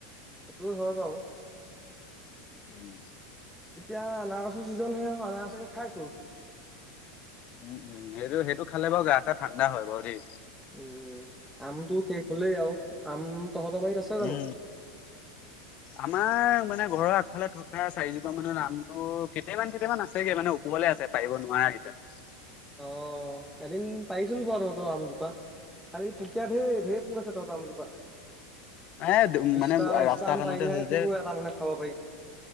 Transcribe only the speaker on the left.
উম।
উম উম সেইটো সেইটো খালে বাৰু গা চা ঠাণ্ডা হয় বাও দেই
উম আমাৰ মানে ঘৰৰ আগফালে থকা চাৰিজোপা মানৰ নামটো কেইটামান কেইটামান আছেগে মানে ওপৰলে আছে পাৰিব নোৱাৰ কেইটা <unintelligible>
এ
মানে
ৰাস্তা
কাণতে
হ'ল যে